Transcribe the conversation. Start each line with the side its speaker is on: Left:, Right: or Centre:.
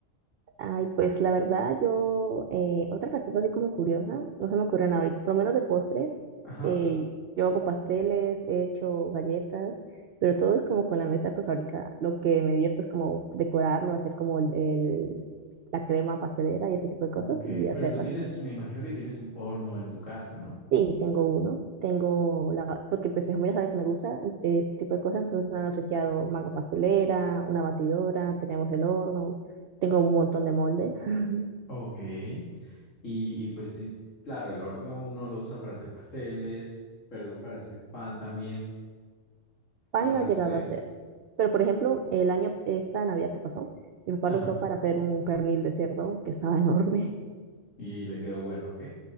Right: Ay, pues la verdad, yo, eh, otra receta así como curiosa, no se me ocurren ahorita, por lo menos de postres,
Left: Ajá.
Right: eh, yo hago pasteles, he hecho galletas, pero todo es como con la mesa prefabricada. Lo que me divierto es como decorarlo, hacer como el, el- la crema pastelera y ese tipo de
Left: Ok.
Right: cosas y hacerlas
Left: Pero tú tienes,
Right: así.
Left: me imagino que tienes un horno en tu casa, ¿no?
Right: Sí, tengo uno, tengo la, porque pues mi familia sabe que me gusta eh, este tipo de cosas, entonces me han obsequiado manga pastelera, una batidora, tenemos el horno, tengo un montón de moldes. <laughs>
Left: Ok. Y, y pues sí, claro, el horno uno lo usa para hacer pasteles, perdón, para hacer pan también,
Right: pan
Left: para
Right: no ha
Left: hacer...
Right: llegado a hacer. Pero, por ejemplo, el año, esta Navidad que pasó, mi papá
Left: Ajá.
Right: lo usó para hacer un pernil de cerdo que estaba enorme.
Left: Y le quedó bueno, ¿ok?